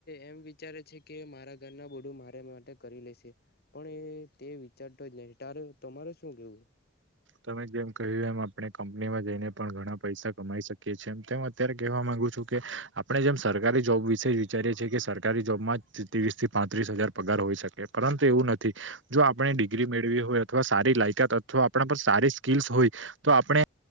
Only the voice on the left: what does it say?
એમ વિચારે છે કે મારા ઘરના બોડું મારે માટે કરી લેશે પણ એ તે વિચારતો જ નહી તારે તમારે શું કેવું